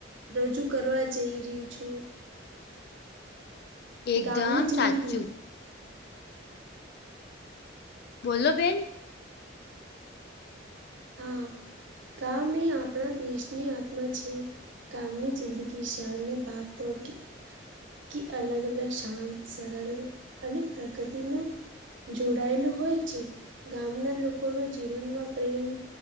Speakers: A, on the right; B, on the left.
A: રજૂ કરવા જઈ રહ્યું છું.
B: એકદમ
A: ગામની જિંદગી
B: સાચું બોલો બેન,
A: હા ગામ એ આપણા દેશની આત્મા છે. ગામની જિંદગી શહેરની ભાગ દોડ કે અલગ અલગ શાંત, સરળ અને પ્રગતિનો જોડાયેલું હોય છે ગામના લોકોનું જીવનમાં પ્રેમ